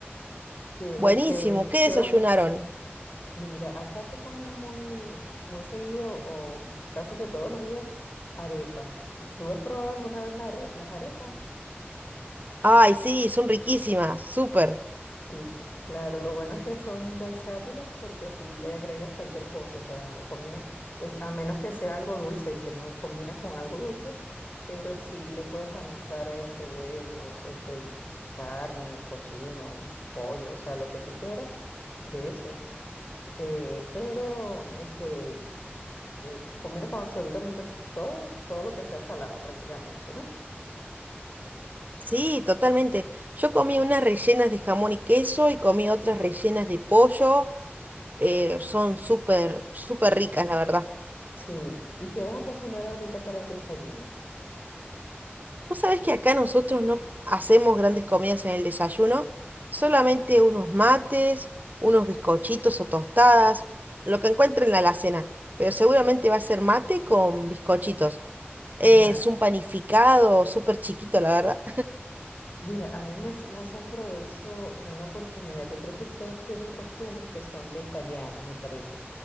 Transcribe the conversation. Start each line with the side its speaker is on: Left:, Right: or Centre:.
Left: Que,
Right: Buenísimo,
Left: este,
Right: ¿qué
Left: ¿qué
Right: desayunaron?
Left: vas? Mira, acá se comen muy, muy seguido o casi que todos los días arepas. ¿Tú has probado alguna vez la are- las arepas?
Right: Ay, sí, son riquísimas, súper.
Left: Sí, c- claro, lo bueno es que son versátiles porque tú le agregas cualquier cosa, o sea, combina, es, a menos que sea algo dulce, que no combina con algo dulce, pero sí le puedes anexar este huevos, este carne, cochino, pollo, o sea, lo que tú quieras, queso, eh, pero este eh, combina con absolutamente todo, todo lo que sea salado prácticamente, ¿no?
Right: Sí, totalmente. Yo comí unas rellenas de jamón y queso y comí otras rellenas de pollo. eh, son súper, súper ricas, la verdad.
Left: Sí, ¿y qué vas a cocinar ahorita para el desayuno?
Right: Vos sabés que acá nosotros no hacemos grandes comidas en el desayuno, solamente unos mates, unos bizcochitos o tostadas, lo que encuentren en la alacena. Pero seguramente va a ser mate con bizcochitos. Es
Left: Ya.
Right: un panificado súper chiquito, la verdad.
Left: Mira, a mí me, as- me asombró eso en una oportunidad. Yo creo que ustedes tienen costumbres que son de italianos, me parece,